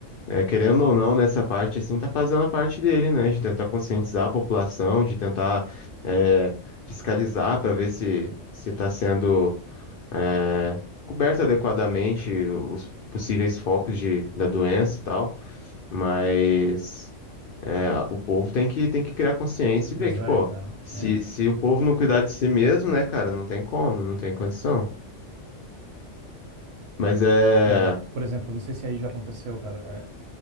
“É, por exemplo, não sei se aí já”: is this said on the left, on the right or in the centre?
Right